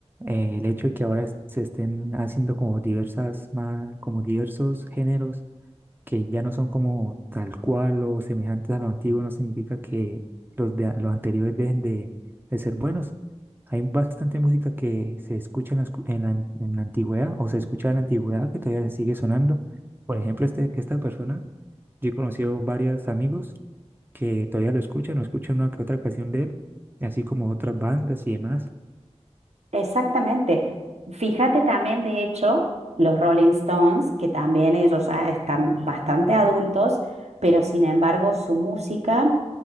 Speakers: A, on the right; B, on the right.
A: eh, el hecho de que ahora es- se estén haciendo como diversas más, como diversos géneros que ya no son como tal cual o semejantes a lo antiguo, no significa que los de a- los anteriores dejen de, de ser buenos. Hay bastante música que se escucha en la, escu- en la an- en la antigüedad o se escucha en la antigüedad que todavía se sigue sonando. Por ejemplo, este, esta persona, yo he conocido varios amigos que todavía lo escuchan o escuchan una que otra canción de él, así como otras bandas y demás.
B: Exactamente. Fíjate también, de hecho, los Rolling Stones, que también ellos ya están bastante adultos, pero sin embargo su música